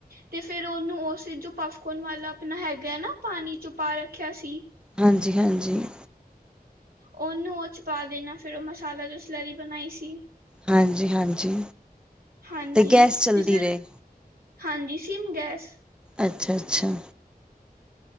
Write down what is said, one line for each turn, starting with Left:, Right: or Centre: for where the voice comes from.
Right: ਤੇ ਫੇਿਰ ਉਹਨੂੰ ਉਸ ਜੋ ਪਫਕੋਨ ਵਾਲਾ ਆਪਣਾ ਹੈਗਾ ਨਾ, ਪਾਣੀ ਚੋਂ ਪਾ ਰੱਖਿਆ ਸੀ।
Centre: ਹਾਂਜੀ, ਹਾਂਜੀ।
Right: ਉਹਨੂੰ ਉਹ ਚ ਪਾ ਦੇਣਾ, ਫੇਿਰ ਉਹ ਮਸਾਲਾ ਜੋ ਸ ਲਰੀ ਬਣਾਈ ਸੀ।
Centre: ਹਾਂਜੀ-ਹਾਂਜੀ।
Right: ਹਾਂਜੀ
Centre: ਤੇ ਗੈਸ ਚੱਲਦੀ
Right: ਤੇ ਫਿਰ,
Centre: ਰਹੇ,
Right: ਹਾਂਜੀ ਸਿੰਮ ਗੈਸ
Centre: ਅੱਛਾ-ਅੱਛਾ।